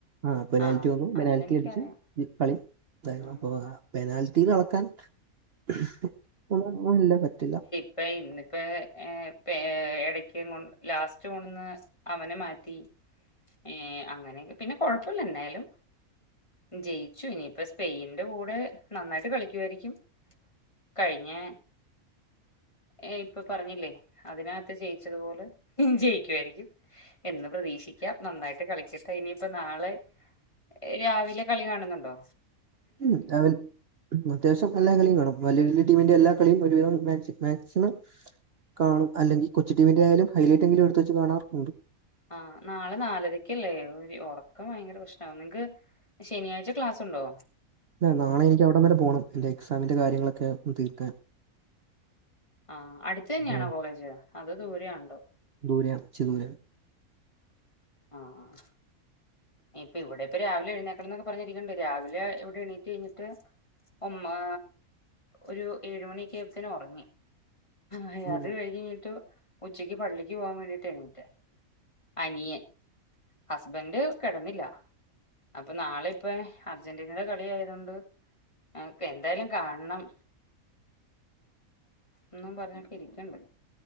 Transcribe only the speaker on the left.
ആ
അതെനിക്കറിയാം
ഉം
അപ്പേ ഇന്ന്പ്പേ ഏപ്പേ ഇടക്ക്ങ്ങൊട് ലാസ്റ്റ് കൊണ്ട്ന്ന് അവനെ മാറ്റി ഏഹ് അങ്ങനെ ക്കെ പിന്നെ കൊഴ്പ്പൂല്ല ന്നായാലും ജയിച്ചു ഇനിയിപ്പെ സ്പെയിൻന്റെ കൂടെ നന്നായിട്ട് കളിക്ക്യുവായിരിക്കും കഴിഞ്ഞെ ഏ ഇപ്പൊ പറഞ്ഞില്ലേ അതിനകത്ത് ജയിച്ചതുപോലെ ജയിക്കുവായിരിക്കും എന്ന് പ്രതീക്ഷിക്കാം നന്നായിട്ട് കളിക്കട്ടെ ഇനിയിപ്പ നാളെ രാവിലെ കളി കാണ്ന്നുണ്ടോ
ആഹ് നാളെ നാലരക്കല്ലേ ഒരു ഒറക്കം ഭയങ്കര പ്രശ്നാവും നിങ്ങ്ക്ക് ശനിയാഴ്ച ക്ലാസുണ്ടോ
ആഹ് അട്ത്ത് തന്നെയാണോ
കോളേജ് അതോ ദൂരെയാണ്ടോ?
ആഹ് ഇപ്പം ഇവിടെപ്പൊ രാവിലെ എഴ്ന്നേക്കണംന്നൊക്കെ പറഞ്ഞിരിക്ക്ണ്ട് രാവിലെ ഇവ്ടെ എണീറ്റ് കഴിഞ്ഞ്ട്ട് ഉമ്മാ ഒരു ഏഴ്മണ്യെക്ക്യെയപ്പത്ത്ന് ഒർങ്ങി ആഹ്
അത് കഴിഞ്ഞ്ഞിട്ട് ഉച്ചയ്ക്ക് പള്ളിക്ക് പോകാൻ വേണ്ടിട്ട എണീറ്റെ അനിയൻ ഹസ്ബൻഡ് കെടന്നില്ല അപ്പൊ നാളെയിപ്പെ അർജന്റീനേടെ കളിയായതോണ്ട്പ്പെന്തായാലും കാണണം ന്നും പറഞ്ഞൊക്കെയിരിക്കണ്ട്